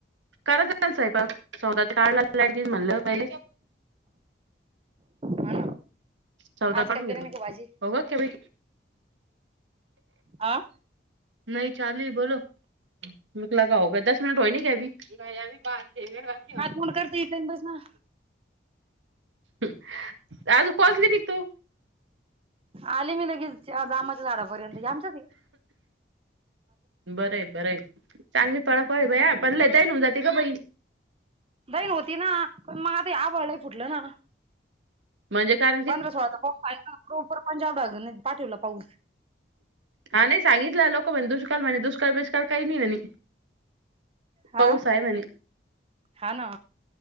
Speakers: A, on the right; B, on the right.
A: कराचा की सैपाक सौदा ते खायला लाइट जाईल म्हणलं पहिले
B: हा.
A: चौदा
B: आज
A: काढून
B: काय बिर्याणी
A: घेतलं
B: का भाजी
A: हो की बाई
B: आ.
A: नाही चालूय बोलो. <unintelligible>
B: हात मुल करतय इथ येवून बस ना.
A: हम आज पोहोचली बी तू
B: आले मी लगेच, या जामाच्या झाडापर्यंत या आमच्याच आहे की
A: बर ए बरं हाय चांगली पळापळ आहे बया पडल तै होवून जाते ग बाई
B: बहीण होती ना, पण मग आता ये अभाल लई फुटलं ना.
A: म्हणजे काय?
B: पंधरा सोळाचा पाऊस पंजाब <unintelligible> पाटीवला पाऊस
A: हा नाही सांगितलं, लोक म्हणे दुष्काळ म्हणे दुष्काळ बिष्काळ काही नाही म्हणे
B: हा
A: पाऊस हाय म्हणे
B: हा ना